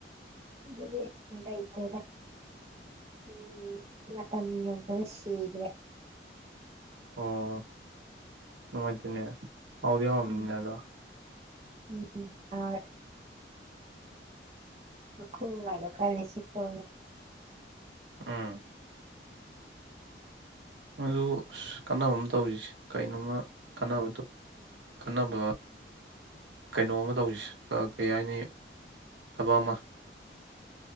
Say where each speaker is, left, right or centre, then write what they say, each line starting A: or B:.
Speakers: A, on the right; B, on the right.
A: ꯑꯗꯨꯗꯤ ꯂꯩꯇꯦꯗ ꯎꯝ ꯃꯇꯝ ꯌꯧꯔꯛꯄꯗꯥ ꯁꯤꯒ꯭ꯔꯦ
B: ꯑꯣ ꯅꯨꯪꯉꯥꯏꯇꯦꯅꯦ ꯍꯥꯎꯗꯤ ꯍꯥꯑꯣꯔꯝꯅꯤꯅꯦ
A: ꯎꯝ
B: ꯑꯗꯣ
A: ꯎꯝ ꯑ ꯀꯨꯗ ꯀ ꯑꯁꯤꯄ
B: ꯎꯝ ꯑꯗꯨ ꯀꯥꯟꯅꯕ ꯑꯃ ꯇꯧꯁꯤꯁꯦ ꯀꯩꯅꯣꯝꯃ ꯀꯥꯟꯅꯕꯗ ꯀꯥꯟꯅꯕ ꯀꯩꯅꯣꯝꯃ ꯇꯧꯁꯤꯁꯦ ꯀꯩ ꯍꯥꯏꯅꯤ ꯊꯕꯛ ꯑꯃ